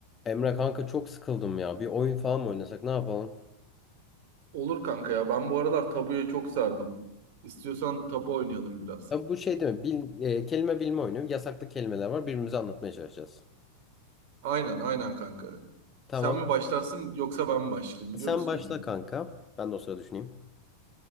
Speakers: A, on the left (about 20°); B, on the right (about 50°).
A: Emre kanka çok sıkıldım ya. Bir oyun falan mı oynasak ne yapalım?
B: Olur kanka ya. Ben bu aralar tabuya çok sardım. İstiyorsan tabu oynayalım biraz.
A: Ya bu şey değil mi? Bil, e, kelime bilme oyunu. Yasaklı kelimeler var. Birbirimize anlatmaya çalışacağız.
B: Aynen aynen kanka.
A: Tamam.
B: Sen mi başlarsın yoksa ben mi başlayayım biliyor
A: Sen
B: musun
A: başla
B: oyunu?
A: kanka. Ben de o sırada düşüneyim.